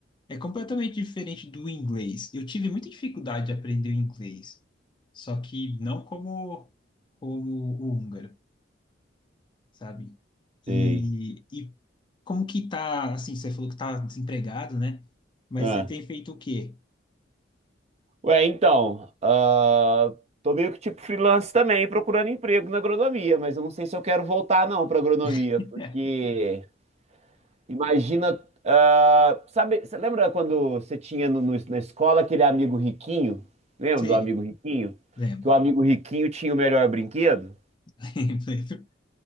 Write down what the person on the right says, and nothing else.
Sei.
Ah.
Ué, então, ah, tô meio que tipo freelance também, procurando emprego na agronomia, mas eu não sei se eu quero voltar não para agronomia,
porque imagina, ah, sabe, você lembra quando você tinha no- no- na escola aquele amigo riquinho? Lembra
do amigo riquinho?
Que o amigo riquinho tinha o melhor brinquedo?